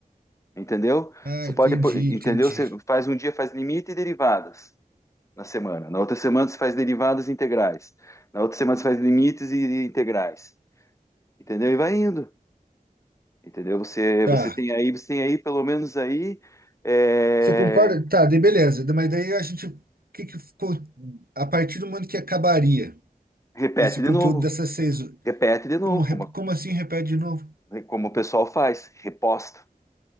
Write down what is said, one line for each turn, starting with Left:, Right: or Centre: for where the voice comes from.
Left: Entendeu?
Right: Ah,
Left: Você
Right: entendi,
Left: pode, pôr- entendeu?
Right: entendi.
Left: Você faz um dia, faz limite e derivadas. na semana. Na outra semana você faz derivadas e integrais. Na outra semana você faz limites e integrais. Entendeu? E vai indo. Entendeu? Você,
Right: Tá.
Left: você tem aí, você tem aí, pelo menos aí, é,
Right: Você concorda? Tá, daí beleza. Mas daí a gente, o que que ficou a partir do momento que acabaria
Left: repete
Right: esse conteúdo
Left: de novo,
Right: dessas seis?
Left: repete de novo,
Right: Como, rep-
Left: como,
Right: como assim repete de novo?
Left: como o pessoal faz, reposta.